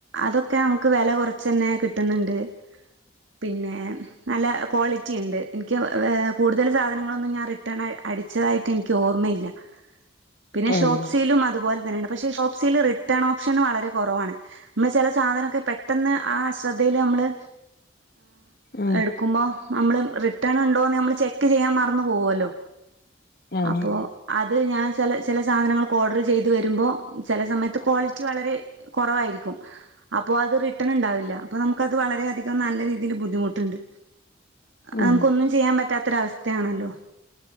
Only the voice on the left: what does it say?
ആഹ്
ഉം
ആഹ്
ഉം